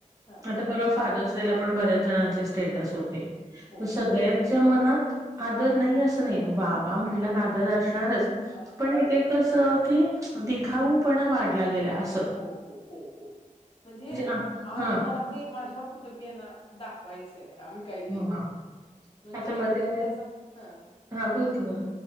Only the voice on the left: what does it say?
हां.
हो,
हो.
असणारच.
हो हो हो हो म्हणजे
आज
मला हे माझ्या कुटुंबियांना दाखवायचंय आम्ही काही केलोय
म्हणजे
एकेकाचा हा.